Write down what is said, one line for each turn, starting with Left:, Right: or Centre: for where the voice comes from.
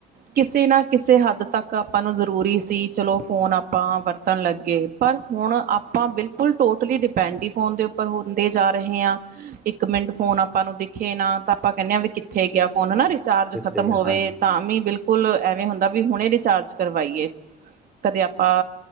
Right: ਕਿਸੇ ਨਾ ਕਿਸੇ ਹੱਦ ਤੱਕ ਆਪਾਂ ਨੂੰ ਜ਼ਰੂਰੀ ਸੀ ਚਲੋ ਫੋਨ ਆਪਾਂ ਵਰਤਣ ਲੱਗੇ ਪਰ ਹੁਣ ਆਪਾਂ ਬਿਲਕੁਲ ਟੋਟਲੀ ਡਿਪੈਂਡ ਹੀ ਫੋਨ ਦੇ ਉੱਪਰ ਹੁੰਦੇ ਜਾ ਰਹੇ ਹਾਂ ਇੱਕ ਇੱਕ ਮਿੰਟ ਫੋਨ ਆਪਾਂ ਨੂੰ ਦਿਖੇ ਨਾ ਤਾਂ ਆਪਾਂ ਕਹਿੰਦੇ ਹਾਂ ਵੀ ਕਿੱਥੇ ਗਿਆ ਫੋਨ ਹੈਨਾ ਚਾਰਜ
Centre: ਕਿੱਥੇ
Right: ਖ਼ਤਮ
Centre: ਗਿਆ
Right: ਹੋਵੇ
Centre: ਹਾਂਜੀ
Right: ਤਾਂ ਵੀ ਬਿਲਕੁਲ ਬਿਲਕੁਲ ਐਵੇਂ ਹੁੰਦਾ ਵੀ ਹੁਣੇ ਰਿਚਾਰਜ ਕਰਵਾਈਏ ਕਦੇ ਆਪਾਂ